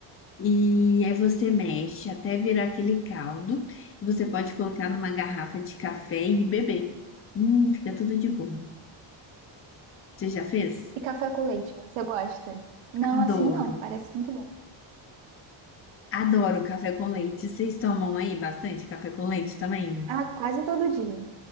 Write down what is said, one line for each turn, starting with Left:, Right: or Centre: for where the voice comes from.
Left: E aí você mexe até virar aquele caldo e você pode colocar numa garrafa de café e beber. Hum, fica tudo de bom. Você já fez?
Right: E café com leite, você gosta? Não,
Left: Adoro.
Right: assim não, parece muito bom.
Left: Adoro café com leite. Vocês tomam aí bastante café com leite também?
Right: Ah, quase todo dia.